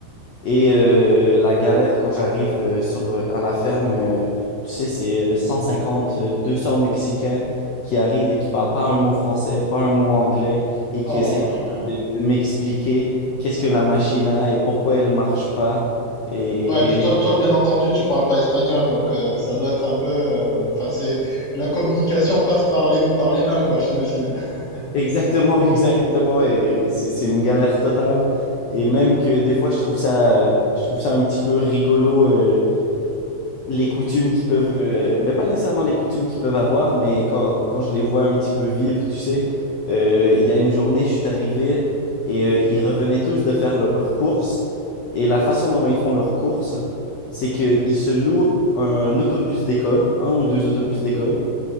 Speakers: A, on the left; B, on the left.
A: Et euh, la galère quand j'arrive euh, sur, euh, à la ferme, euh, tu sais, c'est euh, 150 euh, 200 Mexicains qui arrivent et qui parlent pas un mot français, pas un mot anglais, et qui
B: Oh
A: essayent
B: là là.
A: de, de- de m'expliquer qu'est-ce que la machine a et pourquoi elle marche pas. Et,
B: Ouais, et puis toi, toi, bien entendu, tu parles pas espagnol, donc euh, ça doit être un peu. euh, Enfin, c'est la communication passe par les par les mains, quoi, j'imagine.
A: Exactement,
B: <laughs>
A: <laughs> exactement. Et c'est c'est une galère totale. Et même que des fois, je trouve ça, euh, je trouve ça un petit peu rigolo, euh, les coutumes qui peuvent... euh, ben pas nécessairement les coutumes qu'ils peuvent avoir, mais quand, quand je les vois un petit peu vivre, tu sais, euh, il y a une journée, je suis arrivé et euh, ils revenaient tous de faire leurs courses. Et la façon dont ils font leurs courses, c'est qu'ils se louent un autobus d'école, un ou deux autobus d'école.